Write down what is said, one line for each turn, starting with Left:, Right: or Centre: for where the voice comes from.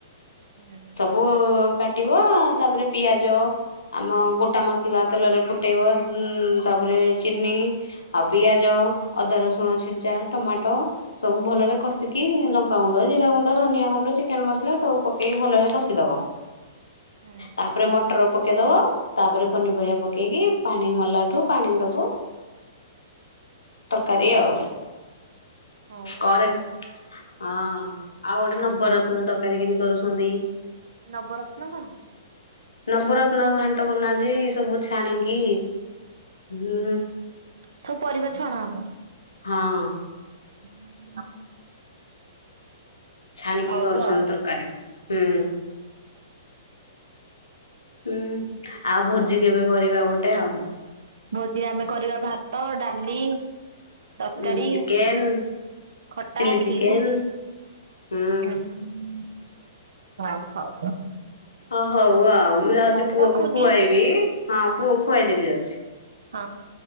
Right: ହୁଁ
Left: ସବୁ କାଟିବ ତାପରେ ପିଆଜ ଆମ ଗୋଟା ମସଲା ତେଲରେ ଫୁଟେଇବ ଉ ତାପରେ ତାପରେ ଚିନି, ଆଉ ପିଆଜ, ଅଦା, ରସୁଣ, ଛେଚା ଟମାଟୋ, ସବୁ ଭଲରେ କଷିକି ଲଙ୍କାଗୁଣ୍ଡ, ଜିରା ଗୁଣ୍ଡ, ଧନିଆ ଗୁଣ୍ଡ, ଚିକେନ ମସଲା ସବୁ ପକେଇି ଭଲରେ ସଷିଦବ
Right: ହୁଁ।
Left: ତାପରେ ମଟର ପକେଇଦବ ତାପରେ ପନିପରିବା ପକେଇକି ପାଣି ମଲା ଠୁ ପାଣି ଦବୁ ତରକାରୀ
Right: ହୁଁ
Left: ଆଉ
Right: ହଉ
Left: କରେ
Right: ଆଉ
Left: ହଁ ଆଉ ଗୋଟେ ନବରତ୍ନ ତରକାରୀ କେମତି କରୁଛନ୍ତି!
Right: ନବରତ୍ନ କଣ?
Left: ନବରତ୍ନ ଘାଣ୍ଟ କରୁନାହାନ୍ତି ସବୁ ଛାଣିକି, ହଁ
Right: ସବୁ ପରିବାର ଛଣା ହବ।
Left: ହଁ।
Right: ହୁଁ।
Left: ଛାଣିିକି
Right: ହଉ
Left: କରସ
Right: ଆଉ
Left: ତରକାରୀ ହୁଁ। ହୁଁ ଆଉ ଭୋଜି କେବେ କରିବା ଗୋଟେ ଆଉ
Right: ଭୋଜିରେ ଆମେ କରିବା ଭାତ ଡାଲି ତରକାରୀ,
Left: ଉଁ ଚିକେନ
Right: ଖଟା,
Left: ଚିଲି ଚିକେନ
Right: କ୍ଷୀରି।
Left: ହୁଁ
Right: ହଁ, ହଉ।
Left: ହଁ ହଉ ଆଉ ମୁଁ ଯାଉଛି,
Right: ହଉ
Left: ପୁଅକୁ
Right: ରଖୁଛି
Left: ଖୁଆଇବି ହଁ ପୁଅକୁ ଖୁଆଇଦେବି ଯାଉଛି।
Right: ହଁ।